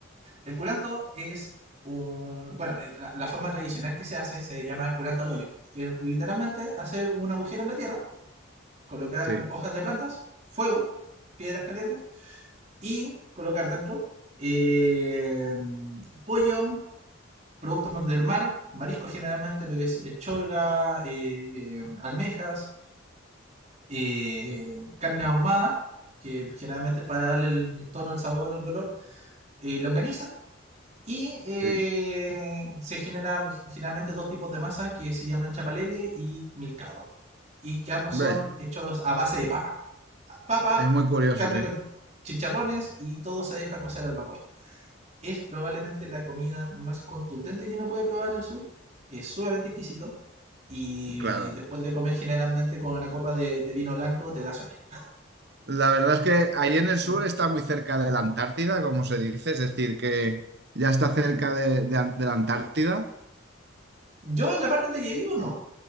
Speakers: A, on the right; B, on the right.
A: El curanto es un... Bueno, eh, la, la forma tradicional que se hace se llama curanto al hoyo, que es literalmente hacer un agujero en la tierra, colocar
B: Sí,
A: hojas de plantas, fuego, piedras calientes y colocar dentro eh, pollo, productos del mar, marisco generalmente, lo que es eh, cholga, eh, almejas, eh, carne ahumada, que generalmente para darle el tono, el sabor, el olor, eh, longaniza, Y eh,
B: sí.
A: se generan generalmente dos tipos de masa que se llaman chapalele y milcao. Y que ambos
B: Ve,
A: son hechos a base de papa. Papa,
B: es muy curioso,
A: carne
B: sí,
A: con chicharrones y todo se deja cocer al vapor. Es probablemente la comida más contundente que uno puede probar en el sur. Es sumamente exquisito. Y
B: claro.
A: después de comer generalmente con una copa de, de vino blanco te da sueño.
B: La verdad es que ahí en el sur
A: ¿Mm?
B: está muy cerca de la Antártida, como se dice, es decir, que ya está cerca de, de de la Antártida,
A: Yo en la parte en la que vivo no.